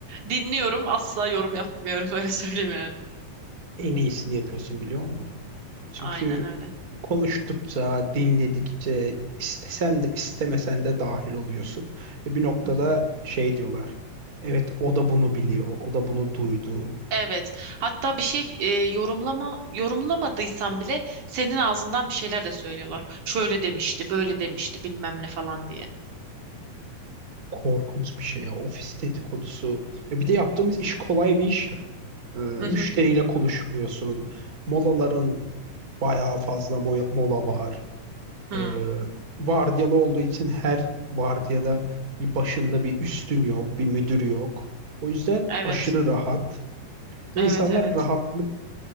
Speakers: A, on the right; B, on the right.
A: Dinliyorum. Asla yorum yapmıyorum. <laughs> Öyle söyleyeyim yani.
B: En iyisini yapıyorsun biliyor musun? Çünkü
A: Aynen öyle.
B: konuştukça, dinledikçe istesen de istemesen de dahil oluyorsun. Ve bir noktada
A: Hı hı.
B: şey diyorlar. Evet o da bunu biliyor. O da bunu duydu.
A: Evet. Hatta bir şey e, yorumlama yorumlamadıysam bile senin ağzından bir şeyler de söylüyorlar. Şöyle demişti, böyle demişti, bilmem ne falan diye.
B: Korkunç bir şey ya. Ofis dedikodusu. Ya bir de yaptığımız iş kolay bir iş ya. Ee, müşteriyle
A: Hı hı.
B: konuşmuyorsun. Molaların bayağı fazla mo- mola var.
A: Hı.
B: Ee, vardiyalı olduğu için her vardiyada bir başında bir üstün yok, bir müdür yok. O yüzden
A: Evet.
B: aşırı rahat ve
A: Evet,
B: insanlar
A: evet.
B: rahatlık